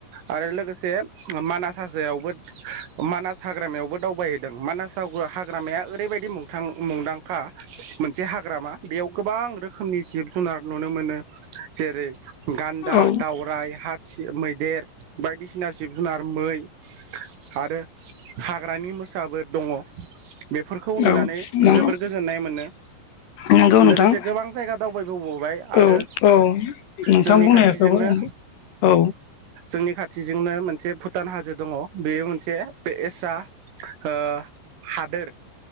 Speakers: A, on the right; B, on the left.
A: आरो लोगोसे मानास हाजोयावबो मानास हाग्रामायावबो दावबायहैदों मानास जावबो हाग्रामाया ओरैबायदि मुं थां मुंदांखा मोनसे हाग्रामा बेयाव गोबां रोखोमनि जिब जुनार नुनो मोनो जेरै गान्दा
B: औ
A: दावराय हा मैदेर बायदिसिना जिब जुनार मै आरो हाग्रानि मोसाबो दङ बेफोरखौ नुनानै
B: औ नंगौ
A: जोबोर गोजोननाय मोनो
B: नंगौ नोंथां
A: लोगोसे गोबां जायगा दावबायबोबावबाय आरो
B: औ औ नोंथां
A: जोंनि
B: बुंनायखौबो
A: खाथिजोंनो
B: औ
A: जोंनि खाथिजोंनो मोनसे फु भुटान हाजो दङ बेयो मोनसे बेसा ओ हादोर